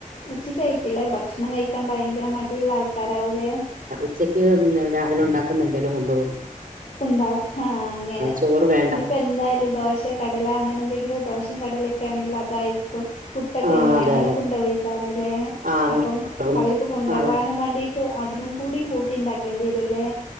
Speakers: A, on the left; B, on the right.
A: ഉച്ചക്ക് കഴിക്കില്ല. ഭക്ഷണം കഴിക്കാൻ ഭയങ്കര മടിള്ള ആൾക്കാരാവുലേ.
B: ഉച്ചയ്ക്ക് ഉം രാവിലെ ഒണ്ടാക്കുന്ന എന്തേലും കൊണ്ടോവും
A: കൊണ്ടോവും ആഹ് അങ്ങനെ
B: ചോറ് വേണ്ട
A: ഇനിപ്പ എന്തായാലും ദോശ കടല അങ്ങനെ എന്തെങ്കിലും ദോശയും കടലെക്കേണെങ്കില് അതായിരിക്കും പു ട്ടെക്കേണെങ്കി
B: ആഹ് അതെ
A: അങ്ങനെ
B: അതെ
A: കൊണ്ടോവൊയ്ക്കാരലേ.
B: ആഹ് അങ്ങനെ
A: അപ്പം
B: കൊണ്ടോവുന്നെ
A: അവർക്ക് കൊണ്ടോവാനും
B: ആഹ് അങ്ങനെ
A: വാണ്ടി ട്ട് അതിനും കൂടിയും കൂട്ടി ഇണ്ടാക്കേണ്ടി വരുലേ